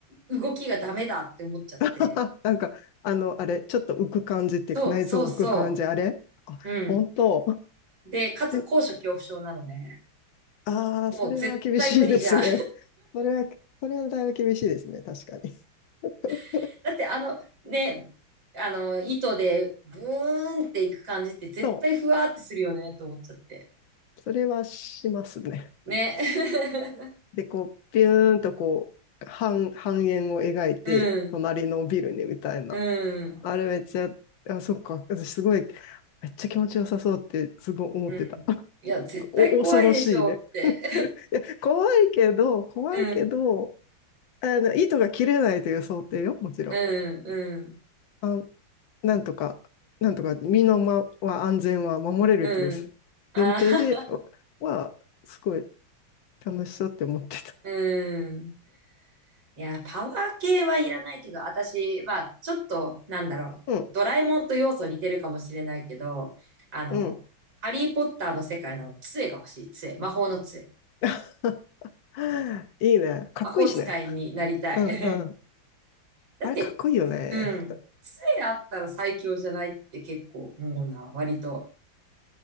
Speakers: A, on the right (about 70°); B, on the left (about 70°).
A: 動きがダメだって思っちゃって。
B: <laughs> なんか、あの、あれ、ちょっと浮く感じっていうか、
A: そう、
B: 内臓浮く感じ、
A: そうそ
B: あれあ、
A: う。うん。
B: 本当。
A: で、かつ高所恐怖症なのね。
B: え、ああ、
A: もう絶対無理じゃん。
B: それは厳しいですね。それは、それはだいぶ厳しいですね、確かに。<laughs>
A: <laughs> だってあのね、あの糸でブーンっていく感じって絶対ふわーってするよねと思っちゃって。
B: そう、それはしますね。
A: ね。<laughs>
B: で、こう、ビューンとこう、半、半円を描いて、
A: うん、
B: 隣のビルにみたいな。
A: うん、
B: あれめっちゃ、あ、そっか、私すごい、めっちゃ気持ちよさそうって、すごい思ってた。
A: うん。
B: <laughs>
A: いや、絶対怖いでしょうって。
B: お、恐ろしいね。<laughs> いや、怖いけど、怖いけど、
A: <laughs> うん、
B: あの、糸が切れないという想定よ、もちろん。
A: うん、うん、
B: あ、なんとか、なんとか、身のまは安全は守れるという
A: うん。ああ、
B: 前提では、すごい楽しそうって思ってた。
A: <laughs> うん。いや、パワー系はいらないけど、私、まあ、ちょっと、なんだろう、
B: うん、
A: ドラえもんと要素似てるかもしれないけど、あの、
B: うん。
A: ハリー・ポッターの世界の杖が欲しい、杖、魔法の杖。
B: <laughs> <laughs> いいね。かっこいいしね。
A: 魔法使いになりたい。
B: うんうん。
A: <laughs> だって、
B: あれかっこいいよね。
A: うん、杖あったら最強じゃないって結構思うな、割と。